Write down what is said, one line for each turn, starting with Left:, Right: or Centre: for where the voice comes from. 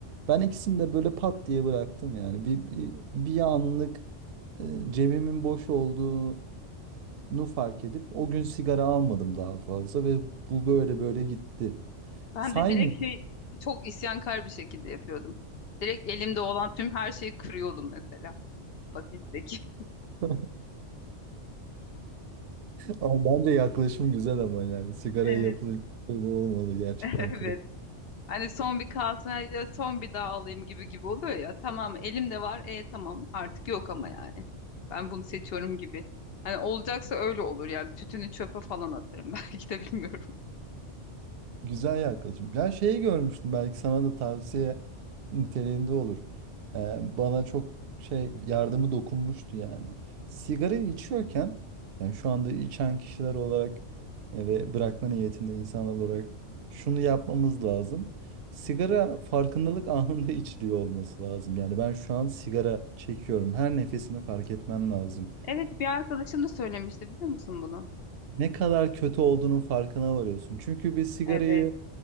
Right: Ben ikisini de böyle pat diye bıraktım yani bir, bir, bir anlık e, cebimin boş olduğunu fark edip o gün sigara almadım daha fazla ve bu böyle böyle gitti.
Left: Ben
Right: Saymıyorum
Left: de direkt şey çok isyankar bir şekilde yapıyordum. Direkt elimde olan tüm her şeyi kırıyordum mesela paketteki. <laughs>
Right: <laughs> ama bence yaklaşım güzel ama yani sigaraya
Left: Evet,
Right: yapılacak şey bu olmalı gerçekten
Left: <laughs> evet.
Right: kırıp
Left: Hani son bir kalsın, hadi son bir daha alayım gibi gibi oluyor ya. Tamam elimde var, e tamam artık yok ama yani. Ben bunu seçiyorum gibi. Hani olacaksa öyle olur yani tütünü çöpe falan atarım <laughs> belki de bilmiyorum.
Right: Güzel yaklaşım. Ya şeyi görmüştüm belki sana da tavsiye niteliğinde olur. Ee, bana çok şey yardımı dokunmuştu yani. Sigarayı içiyorken yani şu anda içen kişiler olarak e, ve bırakma niyetinde insanlar olarak şunu yapmamız lazım. Sigara farkındalık anında <laughs> içiliyor olması lazım. Yani ben şu an sigara çekiyorum. Her nefesini fark etmen lazım
Left: Evet bir arkadaşım da söylemişti biliyor musun bunu?
Right: ne kadar kötü olduğunun farkına varıyorsun. Çünkü bir sigarayı
Left: Evet.